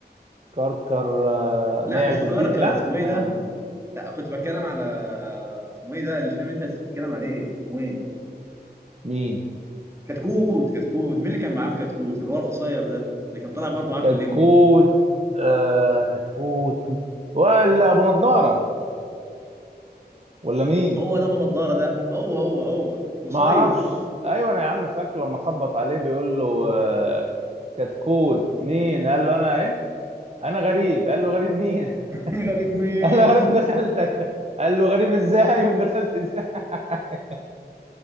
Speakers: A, on the right; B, on the right.
A: كركر آه، مي
B: لا
A: عز
B: مش في
A: الدين
B: كركر
A: لا
B: اسمه ايه
A: آه،
B: ده لا كنت بتكلم على اسمه ايه ده الفيلم اللي انت بتتكلم عليه اسمه ايه
A: مين
B: كتكوت كتكوت مين اللي كان معاه في كتكوت اللي هو القصير ده اللي كان طالع برضه معاه
A: كتكوت
B: في الليمبي
A: آه كتكوت ولا ابو نضاره ولا مين
B: هو ده ابو نضاره ده هو هو هو القصير
A: ما اعرفش ايوه انا يا عم فاكره لما خبط عليه بيقول له آه كتكوت مين قال له انا ايه انا غريب قال له غريب مين <laughs>
B: <laughs> غريب مين
A: قال له غريب ابن خالتك قال له غريب ازاي وابن خالتي ازاي <laughs>